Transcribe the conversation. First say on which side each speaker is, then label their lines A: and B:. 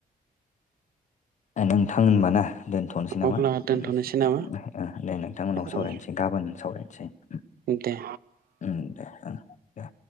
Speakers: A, on the left; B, on the right.
A: ओ नोंथां होनबा ना दोनथ'नोसै नामा?
B: अब्ला
A: उम
B: दोनथ'नोसै नामा
A: उम ओ ओ दे नोंथांमोननाव सावरायनोसै
B: औ
A: गाबोन सावरायनोसै। उम
B: दे
A: उम दे ओ। उम।